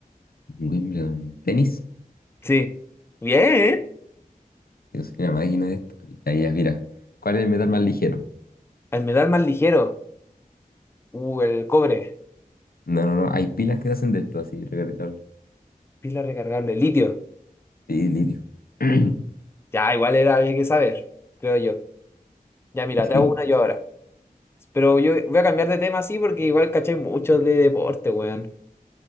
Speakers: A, on the left (about 75°); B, on the left (about 15°).
A: Wimbledon, tenis.
B: Sí. Bien.
A: Yo soy una máquina de esto. Ahí ya, mira. ¿Cuál es el metal más ligero?
B: El metal más ligero. Uh, el cobre.
A: No, no, no. Hay pilas que hacen de esto, así, recargable.
B: Pila recargable. litio.
A: Sí, litio. <clears throat>
B: Ya, igual era, había que saber, creo yo. Ya, mira,
A: Sí.
B: te hago una yo ahora. Pero yo voy a cambiar de tema así porque igual caché mucho de deporte, weón.